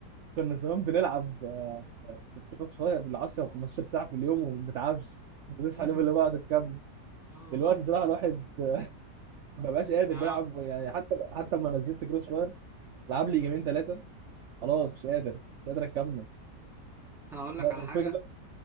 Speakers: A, on the right; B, in the centre.
A: كنا زمان بنلعب آه، كروس فاير بال 10 و15 ساعة في اليوم وما بنتعبش بنصحى
B: امم
A: اليوم اللي بعده نكمل
B: يا الله
A: دلوقتي صراحة الواحد <laughs> ما بقاش قادر
B: يعني
A: بيلعب يعني حتى حتى لما نزلت كروس فاير لعب
B: امم
A: لي جيمين ثلاثة خلاص مش قادر مش قادر اكمل
B: هقول لك
A: لا
B: على حاجة
A: الفكره